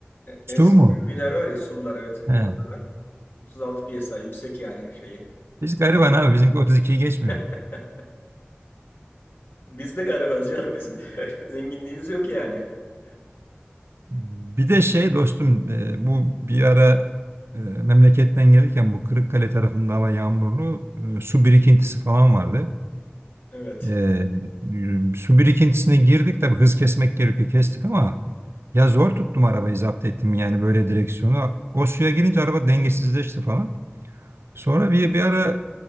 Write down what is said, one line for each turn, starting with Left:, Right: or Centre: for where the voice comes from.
Right: Su
Left: e, SUV'ler
Right: mu?
Left: var ya SUV'lar evet
Right: He.
Left: onlardan. 36 psi yüksek yani şeyi.
Right: Biz gariban abi bizimki 32'yi geçmiyor.
Left: <laughs> Biz de garibanız canım bizim de <laughs> zenginliğimiz yok yani. <laughs>
Right: Bir de şey dostum e, bu bir ara e, memleketten gelirken bu Kırıkkale tarafında hava yağmurlu e, su birikintisi falan vardı.
Left: Evet.
Right: E, e, su birikintisine girdik tabii hız kesmek gerekiyor kestik ama ya zor tuttum arabayı zapt ettim yani böyle direksiyonu. O suya girince araba dengesizleşti falan. Sonra bir, bir ara